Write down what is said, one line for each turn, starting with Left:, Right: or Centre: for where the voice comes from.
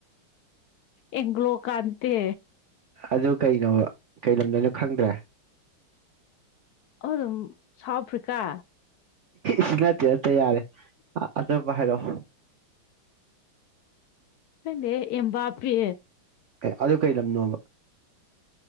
Left: ꯑꯦꯒ꯭ꯂꯣ ꯀꯥꯟꯇꯦ
Right: ꯑꯗꯨ ꯀꯩꯅꯣ ꯀꯩꯩꯅꯣꯗꯣꯏꯅꯣ ꯈꯪꯗ꯭ꯔꯦ
Left: ꯑꯗꯨ ꯑꯗꯨꯝ ꯁꯥꯎꯠ ꯑꯐ꯭ꯔꯤꯀꯥ
Right: ꯁꯤ ꯅꯠꯇꯦ ꯅꯠꯇ ꯌꯥꯔꯦ ꯑꯗꯨꯕꯨ ꯍꯥꯏꯔꯛꯑꯣ
Left: ꯍꯦ ꯏꯕꯥꯄꯤ
Right: ꯑꯗꯨ ꯀꯔꯤ ꯂꯝꯅꯣꯕ